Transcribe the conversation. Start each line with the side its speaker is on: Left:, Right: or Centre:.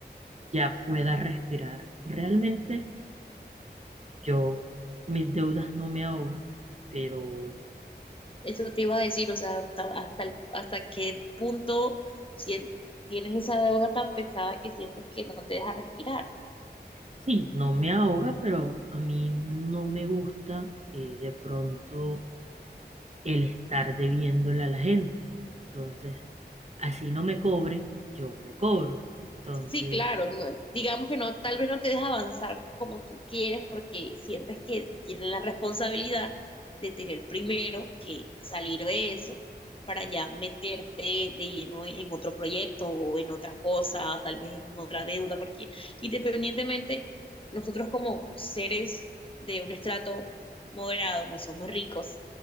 Right: ya pueda respirar. Realmente yo, mis deudas no me ahogan, pero
Left: eso te iba a decir, o sea, hasta, hasta, el- hasta qué punto sien- tienes esa deuda tan pesada que sientes que no te deja respirar.
Right: Sí, no me ahoga, pero a mí no me gusta eh, de pronto el estar debiéndole a la gente. Entonces, así no me cobren, yo me cobro. Entonces,
Left: Sí, claro, no- digamos que no, tal vez no te deja avanzar como tú quieres porque sientes que tienen la responsabilidad de tener primero que salir de eso para ya meterte de lleno en otro proyecto o en otra cosa, tal vez en otra deuda, porque independientemente, nosotros como seres de un estrato moderado no somos ricos,